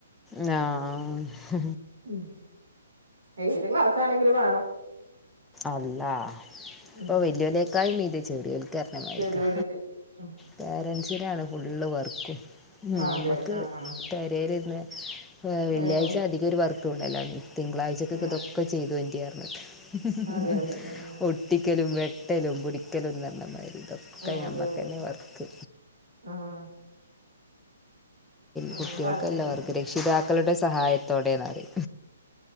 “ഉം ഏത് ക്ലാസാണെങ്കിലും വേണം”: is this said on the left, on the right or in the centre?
Right